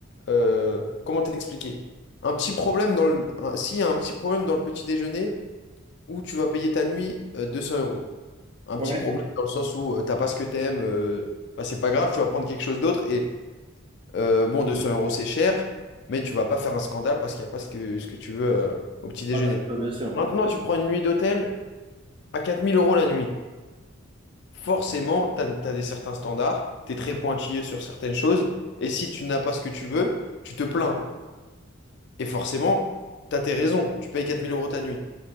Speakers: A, on the left; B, on the right.
A: euh, comment t'expliquer? Un petit problème dans le, un- s'il y a un petit problème dans le petit déjeuner où tu vas payer ta nuit euh, 200 euros. Un petit
B: Ouais.
A: problème dans le sens où euh, t'as pas ce que t'aimes, euh, bah, c'est pas grave, tu vas prendre quelque chose d'autre. Et euh, bon, 200 euros, c'est cher, mais tu vas pas faire un scandale parce qu'il n'y a pas ce que, ce que tu veux euh, au petit déjeuner.
B: Voilà. Toi, bien sûr.
A: Maintenant, tu prends une nuit d'hôtel à 4000 euros la nuit forcément, tu as, des certains standards, tu es très pointillé sur certaines choses, et si tu n'as pas ce que tu veux, tu te plains. Et forcément, tu as tes raisons, tu payes 4000 euros ta nuit.